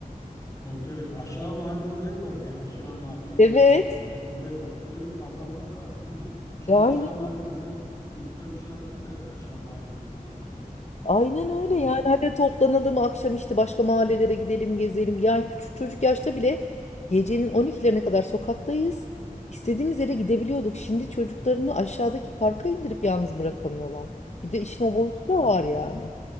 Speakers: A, on the left; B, on the left.
A: tabii tabii. Aşağı mahalle olayı vardı ya. Aşağı mahalle, yukarı
B: evet.
A: mahalle olayı vardı. Böyle kavramlar vardı değil mi? Şimdi
B: Ya aynı
A: aşağı mahalle desen çocuklar bir şey anlamaz herhalde. Aşağı mahalle ne falan der yani.
B: Aynen öyle
A: Doğru
B: yani
A: diyorsun.
B: hadi toplanalım akşam işte başka mahallelere gidelim gezelim. Yani küçük çocuk yaşta bile gecenin 12'lerine kadar sokaktayız. İstediğimiz yere gidebiliyorduk. Şimdi çocuklarını aşağıdaki parka indirip yalnız bırakamıyorlar. Bir de işin
A: Ya
B: o boyutu
A: sen
B: da var
A: son...
B: yani.